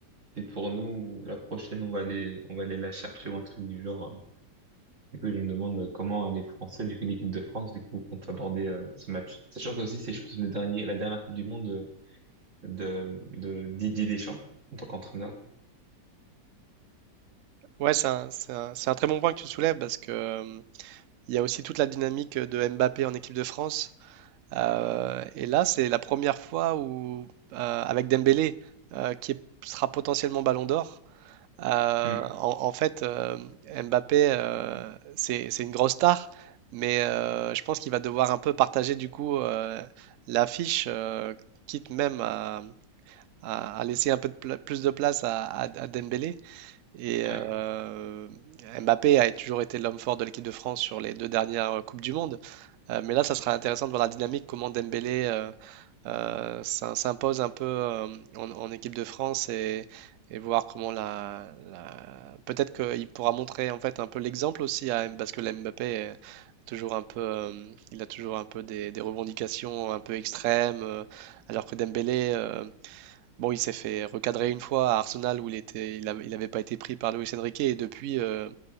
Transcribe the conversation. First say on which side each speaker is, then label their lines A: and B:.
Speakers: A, on the right (about 45°); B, on the right (about 70°).
A: c'est pour nous, ou la prochaine on va aller, on va aller la chercher ou un truc du genre. euh. Du coup, je me demande euh, comment les Français, du coup l'équipe de France, du coup compte aborder euh, ce match. Sachant que aussi c'est, je pense, le dernier, la dernière Coupe du Monde de, de, de Didier Deschamps en tant qu'entraîneur.
B: Ouais, c'est un, c'est un- c'est un très bon point que tu soulèves parce que euh, il y a aussi toute la dynamique de Mbappé en équipe de France Euh, et là, c'est la première fois où, euh, avec Dembélé, euh, qui est- sera potentiellement Ballon d'Or, euh,
A: Mm.
B: en, en fait, euh, Mbappé, euh, c'est, c'est une grosse star, mais euh, je pense qu'il va devoir un peu partager du coup euh, l'affiche, euh, quitte même à, à- à laisser un peu de pla- plus de place à, à- à Dembélé. Et euh,
A: Ouais,
B: Mbappé a toujours été l'homme fort de l'équipe de France sur les deux dernières euh, Coupes du Monde. Euh, mais là, ça sera intéressant de voir la dynamique, comment Dembélé euh, euh, ça s'impose un peu euh, en, en équipe de France et, et voir comment la, la- peut-être qu'il pourra montrer en fait un peu l'exemple aussi à M- parce que la Mbappé est toujours un peu euh, il a toujours un peu des, des revendications un peu extrêmes euh, alors que Dembélé euh, bon il s'est fait recadrer une fois à Arsenal où il était il avait, il avait pas été pris par Luis Enrique et depuis euh,